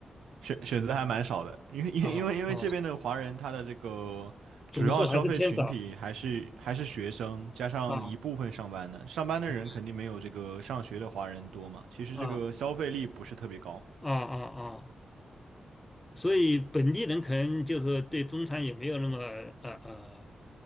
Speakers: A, on the right; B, on the left.
A: 选选择还蛮少的，因为因为因为因为这边的华人他的这个主要消费群体还是还是学生，
B: 啊啊，总数还是偏少
A: 加上一部分上班的，
B: 啊
A: 上班的人肯定没有这个上学的华人多嘛，
B: 啊
A: 其实这个消费力不是特别高。
B: 啊啊啊！啊所以本地人可能就是对中餐也没有那么呃呃